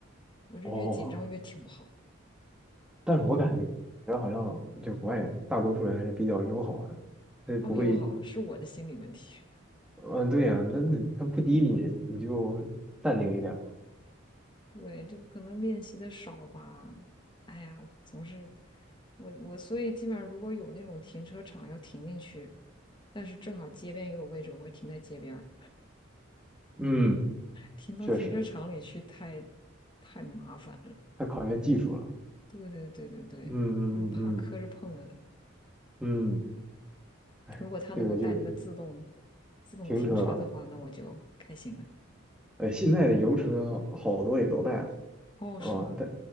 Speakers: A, on the left; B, in the centre.
A: 我这越紧张越停不好，
B: 哦，但是我感觉好像就国外大多数人还是比较友好的，他也不会，
A: 他们友好是我的心理问题。
B: 嗯，对呀、那那他不滴你，你就淡定一点嘛。
A: 对，这可能练习的少吧。哎呀，总是我我，所以基本上如果有那种停车场要停进去，但是正好街边也有位置，我会停在街边儿，
B: 嗯
A: 停到停车场里去太
B: 确实，
A: 太麻烦了。
B: 太考验技术了。
A: 对对对对对，
B: 嗯嗯嗯
A: 又怕磕着碰了的。
B: 嗯，嗯，哎，
A: 如果它能够带那个自动
B: 这个就
A: 自动停车的话，
B: 停车，
A: 那我就开心了。
B: 哎，现在的油车好多也都带了。
A: 哦，
B: 哦，
A: 是吗？
B: 但